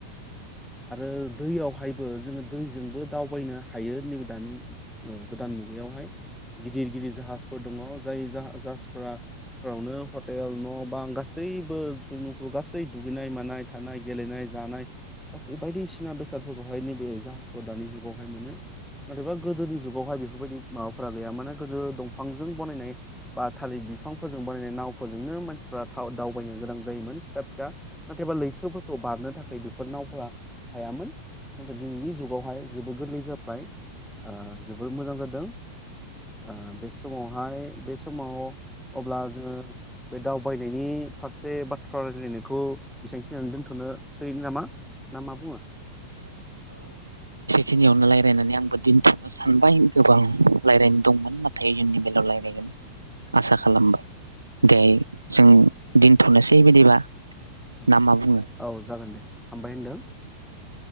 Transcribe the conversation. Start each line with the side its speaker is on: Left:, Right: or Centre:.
Centre: आरो दैयावहायबो । जोङो दैजोंबो दावबायनो हायो नै बे दानि ओ गोदान मुगायावहाय । गैदिर-गैदिर जाहाजफोर दङ। दोय जाह जाजफोरा बावनो हर न बाआं गासैबो सुइमिं पूल गासै दुगैनाय मानाय थानाय गेलेनाय, जानाय। गासै बायदिसिना बेसादफोरखौ। बेवहाय नैबे जाहाजफाओराव दानि जुगावहाय मोनो। नाथायबा गोदोनि जुगावहाय बेफोरबायदि। माखासे मुवाफोरा गैया जाबाय माने गोदो दंफांजों बानायनाय। बा थालिर बिफांफोरजों बो नाव फोरजोंनो मानसिफ्रा दावबायनो गोनां जायोमोन फिसा फिसा। नाथायबा लैथोफोरखौ बारनो थाखाय। बेफोर नावफोरा हायामोन, नाथाय दिनैनि जुगावहाय जोबोद गोरलै जाबाय। ओ जोबोर मोजां जादों। ओ बे समावहाय बे समाव अब्ला जोङो बे दावबायनायनि फारसे बाथ्रा रायजलायनाय बेखौ बेसांखिनियावनो दोनथ'नो सै नामा? नामा बुङो?
Right: खिनियावनो रायज्लायनानै आंबो दोनथ'नो सानबाय गोबां रायज्लायनो दंमोन नाथाय इयुननि बेलायाव रायज्लायगोन आसा खालामबाय दे जों दोनथ'नोसै बिदिबा।
Centre: औ
Right: ना मा बुङो?
Centre: औ जागोन दे हामबाय होनदों।